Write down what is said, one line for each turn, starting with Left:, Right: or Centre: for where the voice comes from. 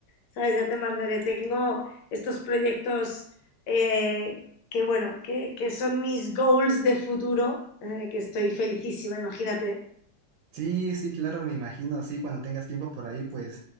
Left: ¿sabes? Ya te mandaré. Tengo estos proyectos eh, que bueno, que, que son mis goals de futuro, eh, que estoy felicísima, imagínate.
Right: Sí, sí, claro, me imagino, sí, cuando tengas tiempo por ahí, pues